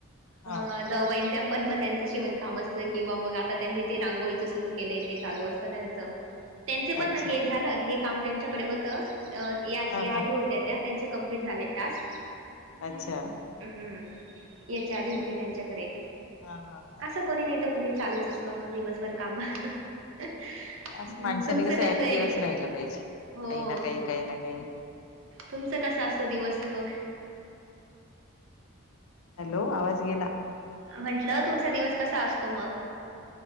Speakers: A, on the left (about 80°); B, on the right (about 70°).
A: हा
B: अं जाऊबाई त्या पण मग त्यांचं शिवणकाम असतं किंवा मग आता त्यांनी ते रांगोळीचं सुरू केलंय ते चालू असतं त्यांचं त्यांचे पण
A: अच्छा
B: हे झालं हे काम त्यांच्याकडे होतं
A: हा
B: या
A: हा
B: आधी होत त्या त्यांच्या कंप्लीट झालेत टास्क
A: अच्छा
B: हम् हम्म याच्या
A: अरे
B: आधी होते
A: वा.
B: त्यांच्याकडे
A: हा हा हा
B: असं कोणी नाही तर कोणी चालूच असतं म दिवसभर कामा तुमचं
A: असं माणसाने
B: कसं
A: ऍक्टिव्हच
B: आहे
A: राहिला पाहिजे
B: हो
A: काही ना काही, काही ना काही
B: तुमचं कस असतो दिवस मग
A: हॅलो आवाज गेला.
B: म्हंटलं तुमचा दिवस कसा असतो मग